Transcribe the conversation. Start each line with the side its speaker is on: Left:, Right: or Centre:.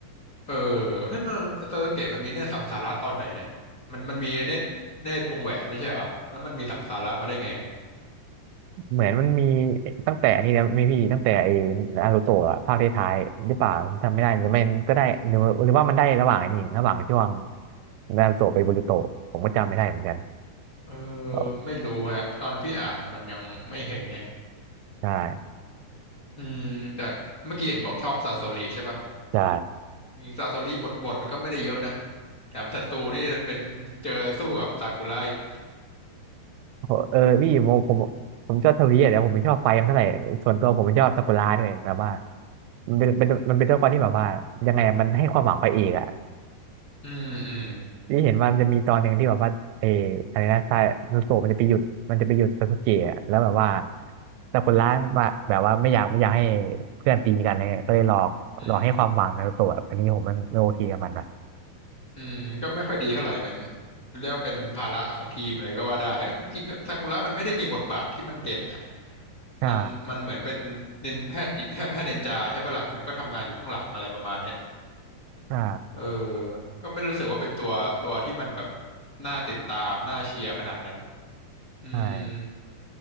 Left: เออเฮ้ยสเซอร์เกตมันมีเนตรสังสาระตอนไหนเนี่ยมันมันมีเนตรเนตรวงแหวนไม่ใช่เหรอแล้วมันมีสังสาระมาได้ไง
Right: เหมือนมันมีตั้งแต่นี่นะไม่พี่ตั้งแต่ไอ้นารูโตะอะภาคท้ายๆหรือเปล่าผมจำไม่ได้หรือไม่ก็ได้หรือหรือว่ามันได้ระหว่างไอ้นี่ระหว่างช่วงนารูโตะไปบูรูโตะผมก็จำไม่ได้เหมือนกัน
Left: เออ
Right: เอา
Left: ไม่รู้ครับตอนพี่อ่านอ่ะมันยังไม่เห็นไง
Right: ใช่
Left: อืมแต่เมื่อกี้เห็นบอกชอบซาโซริใช่ปะ
Right: ใช่
Left: จริงๆซาโซริบทบทมันก็ไม่ได้เยอะนะแถมศัตรูนี่มันเป็นเจอสู้กับซากุระอีก
Right: โหเออพี่ผมผมผมชอบเทอรีอแต่ผมไม่ชอบไฟมันเท่าไหร่ส่วนตัวผมไม่ชอบซากุระด้วยแบบว่ามันเป็นเป็นมันเป็นตัวละครที่แบบว่ายังไงอะมันให้ความหวังพระเอกอะ
Left: อืมอืม
Right: พี่เห็นว่ามันจะมีตอนหนึ่งที่แบบว่าเอออะไรนะซานุโสะมันจะไปหยุดมันจะไปหยุดซาสึเกะอะแล้วแบบว่าแต่คนร้ายว่าแบบว่าไม่อยากไม่อยากให้เพื่อนตีกันเลยก็เลยหลอกหลอกให้ความหวังนารุโตะแบบอันนี้ผมมันไม่โอเคกับมันนะ
Left: อืม อืมก็ไม่ค่อยดีเท่าไหร่เหมือนเรียกว่าเป็นภาระของทีมเลยก็ว่าได้เอ้ยจริงๆก็ซากุระมันไม่ได้มีบทบาทที่มันเด่นนะ
Right: ใช่
Left: มันมันเหมือนเป็นนินแพทย์แพทย์แพทย์เดนจาใช่ปะล่ะมันก็ทำงานอยู่ข้างหลังอะไรประมาณเนี้ย
Right: ใช่
Left: เออก็ไม่รู้สึกว่าเป็นตัวตัวที่มันแบบน่าติดตามน่าเชียร์ขนาดนั้นอืม
Right: ใช่